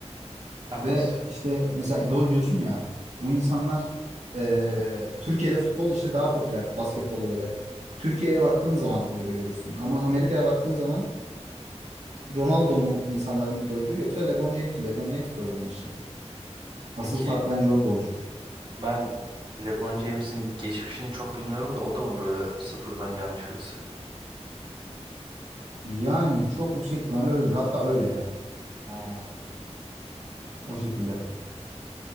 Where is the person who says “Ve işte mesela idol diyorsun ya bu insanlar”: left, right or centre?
Right